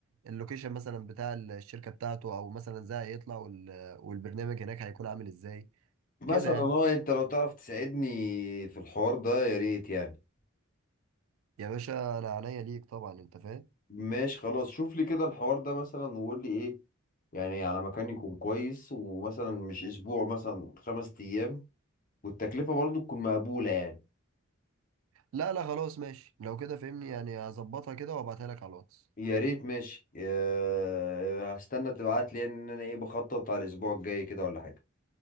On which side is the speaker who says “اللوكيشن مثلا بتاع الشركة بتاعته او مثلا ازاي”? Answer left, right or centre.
Right